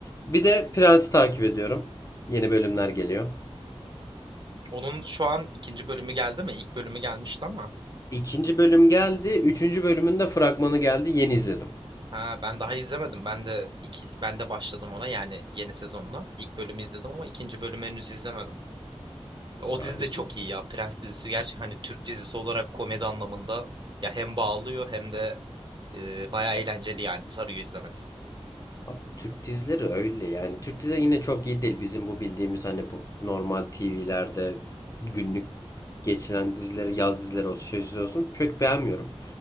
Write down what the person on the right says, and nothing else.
Onun şu an ikinci bölümü geldi mi? İlk bölümü gelmişti ama.
Ha ben daha izlemedim. Ben de iki, ben de başladım ona yani yeni sezonla. İlk bölümü izledim ama ikinci bölümü henüz izlemedim. O
dizi de
çok iyi ya. Prens dizisi gerçekten hani Türk dizisi olarak komedi anlamında ya hem bağlıyor hem de e, bayağı eğlenceli yani sarıyor izlemesi.